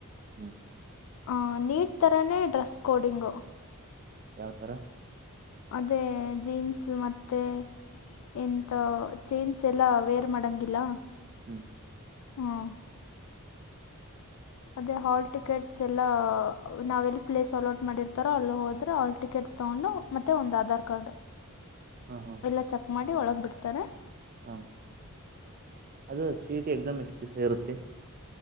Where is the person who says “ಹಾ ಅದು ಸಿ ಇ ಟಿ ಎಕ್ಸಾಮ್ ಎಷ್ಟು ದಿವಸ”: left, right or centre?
Right